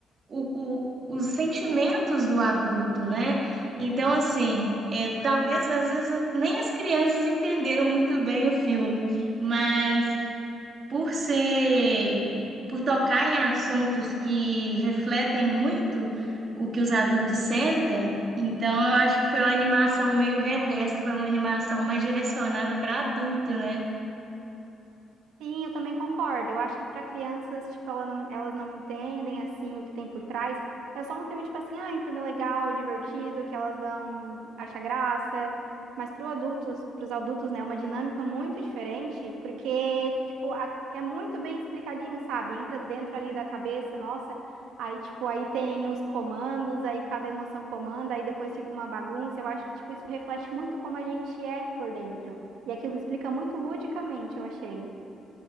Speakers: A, on the right; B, on the right.
A: o, o- os sentimentos do adulto, né? Então, assim, é, talvez às vezes nem as crianças entenderam muito bem o filme, mas por ser, por tocar em assuntos que refletem muito o que os adultos sentem, então eu acho que foi uma animação meio reversa, foi uma animação mais direcionada para adulto, né?
B: Sim, eu também concordo. Eu acho que para crianças, tipo, ela não- elas não entendem assim o que tem por trás. É só um filme tipo assim, ah, um filme legal, divertido, que elas vão achar graça. Mas para os adultos, para os adultos, né, é uma dinâmica muito diferente, porque tipo, a- é muito bem explicadinho, sabe? Entra dentro ali da cabeça, nossa. Aí tipo, aí tem os comandos, aí cada emoção comanda, aí depois fica uma bagunça. Eu acho que tipo isso reflete muito como a gente é por dentro. E aquilo explica muito ludicamente, eu achei.